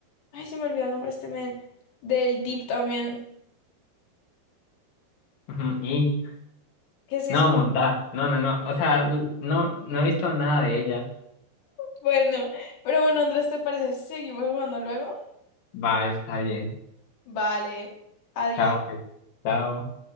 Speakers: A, on the left; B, on the left.
A: ay, se me olvidó el nombre de este men, del Deep también,
B: Ujú, Y,
A: que sí
B: no,
A: es como-
B: monta, no, no, no, o sea, l- no, no he visto nada de ella.
A: bueno, pero bueno, Andrés, ¿te parece si seguimos jugando luego?
B: Va, está bien.
A: Vale, adiós.
B: Chao, pues. Chao.